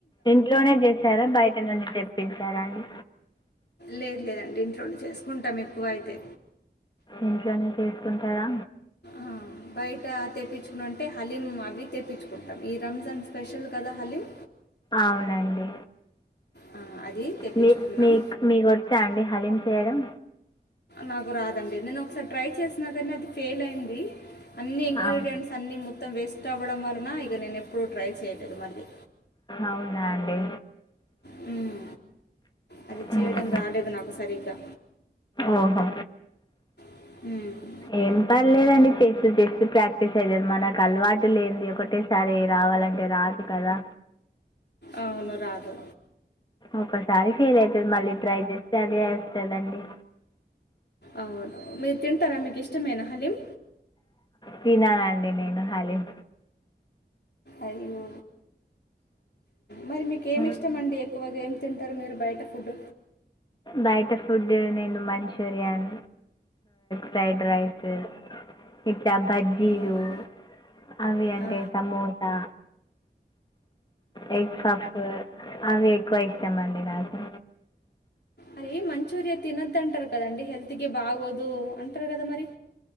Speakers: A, on the left; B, on the left.
A: ఇంట్లోనే చేశారా బయట నుండి తెప్పించారా అండి
B: లేదు లేదండి ఇంట్లోనే చేసుకుంటాం ఎక్కువ అయితే
A: ఇంట్లోనే చేసుకుంటారా
B: ఆ బయట తెప్పించుకునింటే హలీం అవి తెప్పించుకుంటాం ఈ రంజాన్ స్పెషల్ కదా హలీం
A: అవునండి
B: ఆ, అది తెప్పించుకున్నాం
A: మీ మీక్ మీకు వచ్చా అండి హలీం చేయడం
B: నాకు రాదండి నేను ఒకసారి ట్రై చేసినా కానీ అది ఫెయిల్ అయింది అన్ని ఇంగ్రీడియంట్స్
A: అవును
B: అన్ని మొత్తం వేస్ట్ అవ్వడం వలన ఇక నేను ఎప్పుడూ ట్రై చేయలేదు మళ్ళీ.
A: అవునా అండి
B: హ్మ్ అది
A: హ్మ్.
B: చేయడం రాలేదు నాకు సరిగ్గా
A: ఓహో
B: హ్మ్
A: ఏం పర్లేదండి చేస్తు చేస్తు ప్రాక్టీస్ అయితది మనకు అలవాటు లేంది ఒకటేసారే రావు చెప్పాలంటే రాదు కదా
B: అవును రాదు
A: ఒకసారి ఫెయిల్ అయితది మళ్ళీ ట్రై చేస్తే అదే వస్తదండి
B: అవును మీరు తింటరా మీకు ఇష్టమేన హలీం
A: తిననండి నేను హలీం
B: అయ్యో మరి మీకేమి
A: హ్మ్.
B: ఇష్టమండి ఎక్కువగా ఏం తింటారు మీరు బయట ఫుడ్
A: బయట ఫుడ్ నేను మంచూరియన్ ఫ్రైడ్ రైస్ ఇట్లా బజ్జీలు
B: అవునా
A: అవి అంటే
B: ఆ.
A: సమోసా ఎగ్ ఫాప్పు అవి ఎక్కువ ఇష్టామండి నాకు.
B: అరే మంచూరియా తినద్ అంటారు కదండి హెల్త్కి బాగోదు అంటారు కదా మరి.